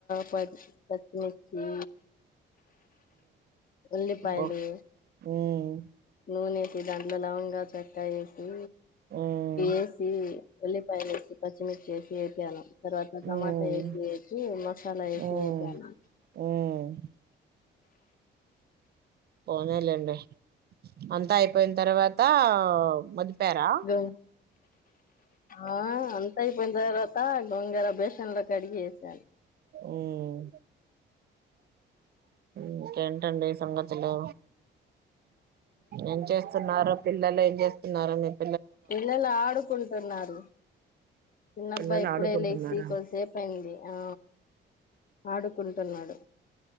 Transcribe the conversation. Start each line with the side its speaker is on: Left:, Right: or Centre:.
Left: పచ్ పచ్చిమిర్చి ఉల్లిపాయలు
Right: ఓ ఉమ్
Left: నూన వేసి దాంట్లో లవంగా చెక్కాయి సి
Right: ఉమ్
Left: ఏసి ఉల్లిపాయ వేసి పచ్చిమిర్చి వేసి వేపాలం తర్వాత టమాటా
Right: ఉమ్
Left: వేసి వేసి మసాలా వేసి
Right: ఉమ్
Left: వేప్యాను
Right: ఉమ్ పోనీలేండి అంతా అయిపోయిన తర్వాత మదిపారా
Left: గ ఆ అంతా యైపోయిన తరువాత గోంగూర బేషన్ లోకి కడిగి వేసాలి
Right: మ్మ్ ఇంకేంటండి సంగతి అలు ఏం చేస్తున్నారు పిల్లలు ఏం చేస్తు తిన్నారా మీరు
Left: పిల్లలు ఆడుకుంటన్నారు చిన్నబ్బాయి
Right: పిల్లలు
Left: ఇప్పుడే
Right: ఆడుకుంటున్నారా
Left: లేచి కొదిసేపు అయింది ఆ ఆడుకుంటున్నాడు